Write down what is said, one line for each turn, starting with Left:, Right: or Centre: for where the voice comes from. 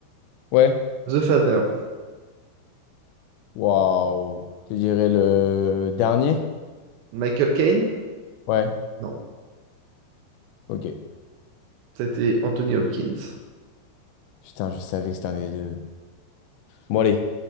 Left: Ouais.
Right: The Father.
Left: Waouh. Je te dirais le dernier?
Right: Michael Caine?
Left: Ouais,
Right: Non,
Left: ok.
Right: c'était Anthony Hopkins.
Left: Putain, je savais que c'était un des deux. Bon, allez.